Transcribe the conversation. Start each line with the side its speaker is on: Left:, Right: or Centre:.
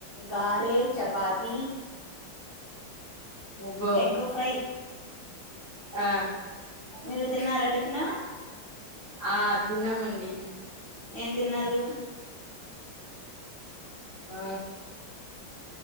Right: గారె చెప్ప పాతి
Left: అబ్బో
Right: ఎగ్ ఫ్రై
Left: ఆ
Right: మీరు తిన్నారా టిఫిను
Left: ఆ తిన్నామండి
Right: ఏం తిన్నారు
Left: ఆ